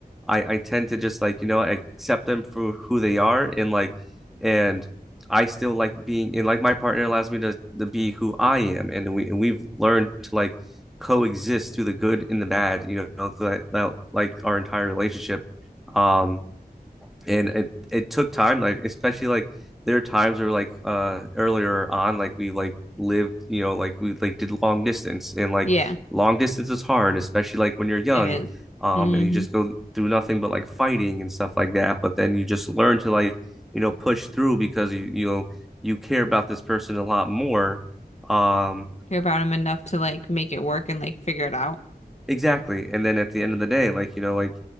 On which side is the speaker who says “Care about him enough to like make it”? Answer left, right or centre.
Left